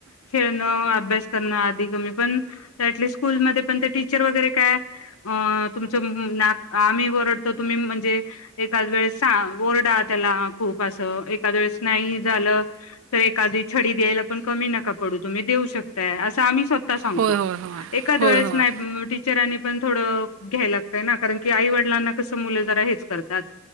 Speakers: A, on the left; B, on the right.
A: खेळणं, अभ्यास करणं, आधीगमन पण ऍटलीस्ट स्कूल मध्ये पण ते टीचर वगैरे काय अ तुमच म नाक आम्ही ओरडतो तुम्ही म्हणजे एकाच वेळस ओरडा त्याला खूप असं एखाद वेळेस नाही झालं, तर एखादी छडी द्यायला पण कमी नका पडू तुम्ही देऊ शकताय. असं आम्ही स्वत ता सांगतो
B: होय, होय, होय.
A: एखादंवेळेस
B: होय, होय.
A: नाही टीचरांनी पण थोडं घ्याय लागतय ना कारण की आई वडिलांना कसं मुलं जरा हेच करतात.